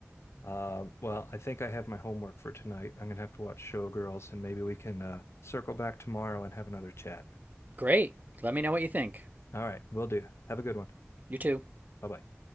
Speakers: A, on the left; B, on the right.
A: Um, well, I think I have my homework for tonight. I'm gonna have to watch Showgirls, and maybe we can uh, circle back tomorrow and have another chat.
B: great let me know what you think
A: All right, will do. Have a good one.
B: you too
A: Bye bye.